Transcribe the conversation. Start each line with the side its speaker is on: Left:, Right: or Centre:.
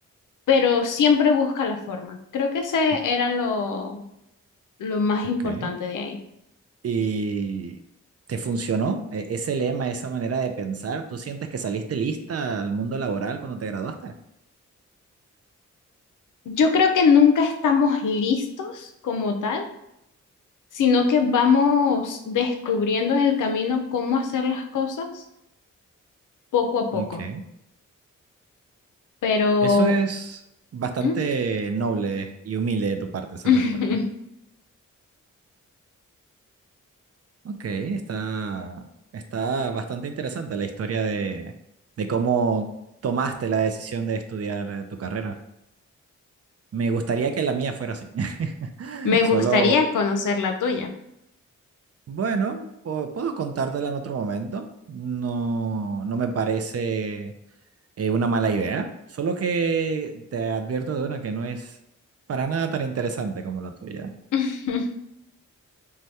Left: pero siempre busca la forma. Creo que ese
Right: Y-
Left: era lo, lo más
Right: Ok.
Left: importante de ahí.
Right: ¿Y te funcionó e- ese lema, esa manera de pensar? ¿Tú sientes que saliste lista al mundo laboral cuando te graduaste?
Left: Yo creo que nunca estamos listos como tal sino que vamos descubriendo en el camino cómo hacer las cosas poco a poco.
Right: Ok.
Left: Pero
Right: Eso es. Bastante
Left: ¿Mm?
Right: noble y humilde de tu parte esa
Left: <laughs>
Right: respuesta. Ok, está, está bastante interesante la historia de, de cómo tomaste la decisión de estudiar eh, tu carrera. Me gustaría que la mía fuera así. <laughs>
Left: me gustaría
Right: Solo
Left: conocer la tuya.
Right: Bueno, po- puedo contártela en otro momento. No, no me parece eh, una mala idea. Solo que te advierto de una que no es para nada tan interesante como la tuya.
Left: <laughs>